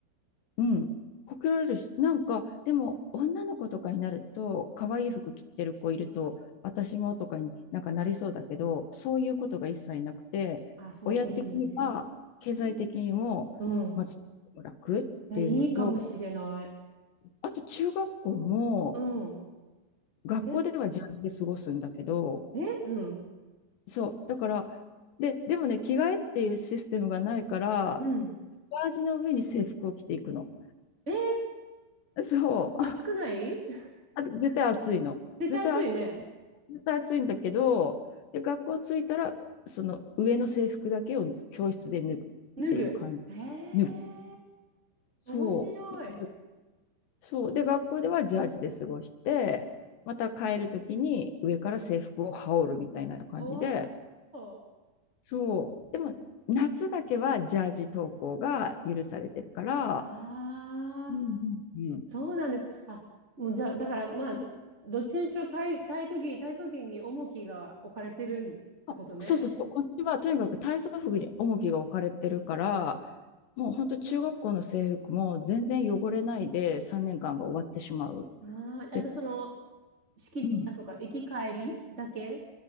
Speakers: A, on the left; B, on the right.
A: うん、こけられるし、なんか、でも、女の子とかになると、可愛い服着てる子いると、私もとかになんかなりそうだけど、そういうことが一切なくて、
B: あ、そう、
A: 親的には、
B: いいね。
A: 経済的にも、
B: うん。い
A: まず楽っていうのと、
B: や、いいかもしれない。
A: あと中学校も、
B: うん。
A: 学校ではジャージで過ごすんだけど、
B: え、え、うん。
A: そう、だから、で、でもね、着替えっていうシステムがないから、
B: うん。
A: ジャージの上に制服を着ていくの。
B: えー、
A: そう。
B: 暑くない <laughs>
A: あ絶対暑いの。
B: 絶対暑いね。
A: 絶対暑い。絶対暑いんだけど、で、学校着いたら、その上の制服だけを教室で脱ぐっていう感じ。
B: 脱ぐ。へえ
A: 脱ぐ。そう。
B: 面白い。
A: そう。で、学校ではジャージで過ごして、また帰るときに上から制服を羽織るみたいな感じで、
B: おー。
A: そう。でも、夏だけはジャージ登校が許されてるから、
B: ああ。
A: うんうんう
B: そうなんです。あ、もうじゃあ、だからまあ、
A: ん。
B: どっちにしろ体、体育着、体操着に重きが置かれてるってことね。
A: あ、そうそうそう。こっちはとにかく体操服に重きが置かれてるから、もう本当中学校の制服も全然汚れないで3年間が終わってしまう。
B: ああ、
A: で、
B: あとその、式、
A: うん、
B: あ、そうか、行き帰りだけ